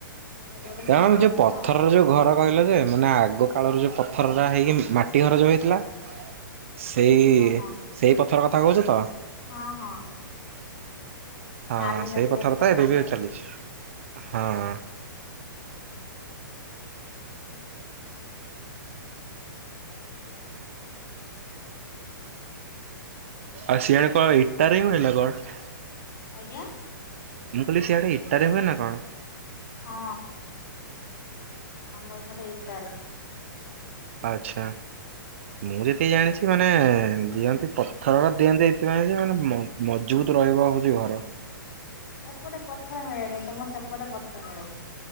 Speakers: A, on the left; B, on the right.
A: ସେଠି ଗୋଟେ
B: କାରଣ
A: ସାଙ୍ଗ
B: ଯୋଉ
A: ଅଛି
B: ପଥର
A: ତ
B: ଯୋଉ ଘର କହିଲ ଯେ ମାନେ ଆଗ କାଳର ଯୋଉ ପଥର ଟା ହେଇକି ମାଟି ହରଜ ହୋଇଥିଲା। ସେଇ
A: ହଁ ହଁ
B: ସେଇ ପଥର କଥା କହୁଛ ତ?
A: ହଁ ହଁ।
B: ହଁ
A: ନାଲି
B: ସେଇ
A: ନାଲି
B: ପଥର
A: ଦେଖା
B: ତ
A: ଯାଇଥାଏ
B: ଏବେ ବି ଚାଲିଛି। ହଁ ଆଉ ସିଆଡେ କଣ ଇଟାରେ ହୁଏ ନା କଣ?
A: ଆଜ୍ଞା
B: ମୁଁ କହିଲି ସିଆଡେ ଇଟାରେ ହୁଏ ନା କଣ?
A: ହଁ ଆମ ଏପଟେ ଇଟାରେ
B: ଆଚ୍ଛା। ମୁଁ ଯେତିକି ଜାଣିଛି ମାନେ ଦିଅନ୍ତି ପଥରର ଦିଅନ୍ତି ଏଇଥିପାଇଁ ଯେ ମାନେ ମଜୁବୁତ ରହିବ ହଉଛି ଘର
A: <inaudible> ଏପଟେ ପଥର ମିଳେନି ତମ ସେପଟେ ପଥର ମିଳେ